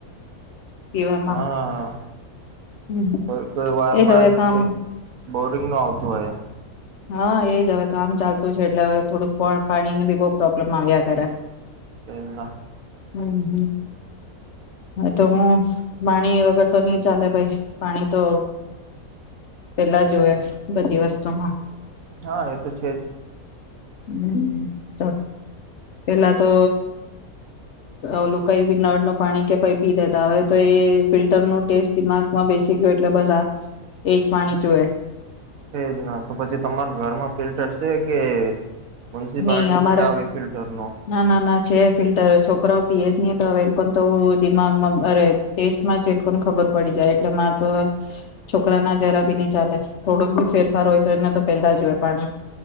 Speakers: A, on the left (about 65°); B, on the right (about 70°).
A: પીવામાં
B: હાં,
A: હમ
B: કોઈ કોઈ વાર
A: એજ
B: માં
A: હવે
B: જ
A: કામ
B: કઈક બોરિંગ નું આવતું હોય.
A: હાં, એજ હવે કામ ચાલતું છે, એટલે હવે થોડુંક પણ પાણી ની બી બહુ પ્રોબ્લેમ આવ્યા કરે.
B: એ ના.
A: હમ્મ હમ્મ તો હું પાણી વગર તો નઈ ચાલે ભાઈ પાણી તો પેલા જોય બધી વસ્તુમાં.
B: હા, એતો છે જ.
A: હમ્મ ત. પેલા તો ઓલું ‌કોઈ નળનું પાણી કે પી લેતા હવે તો એ ફિલ્ટર ન ટેસ્ટ દિમાગમાં બેસી ગયો એટલે બસ આ એજ પાણી જોએ
B: એ જ ના તો પછી તમાર ઘરમાં ફિલ્ટર છે કે? મ્યુનિસિપાલિટી
A: નહી અમારે
B: નું આવે ફિલ્ટર નું?
A: ના ના ના છે, ફિલ્ટર છોકરાઓ પીએ જ નહી તો હવે તો દિમાગમાં અરે ટેસ્ટમાં એલોકો ને ખબર પડી જાય એટલે મારે તો છોકરા ના જરા બી ન ચાલે. થોડુંક બી ફેરફાર હોય તો એને તો પેલા જ હોય પાણી